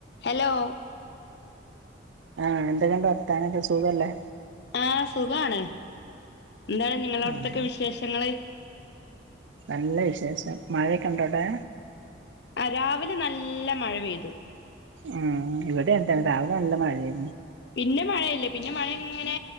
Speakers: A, on the left; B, on the right.
A: Hello
B: ആ എന്തൊക്കെണ്ട് വർത്താനൊക്കെ സുഖല്ലേ
A: ആ, സുഖാണ് എന്താണ് നിങ്ങള അവിടത്തൊക്കെ
B: ആഹ്
A: വിശേഷങ്ങള്.
B: നല്ല വിശേഷം, മഴയൊക്കെ ഉണ്ടോ അവിടെ
A: രാവിലെ നല്ല മഴ പെയ്ത്
B: ഉം, ഇവിടെേ എന്ത രാവിലെ നല്ല മഴയാ
A: പിന്നെ മഴയില്ല, പിന്നെ മഴ ഇങ്ങനെ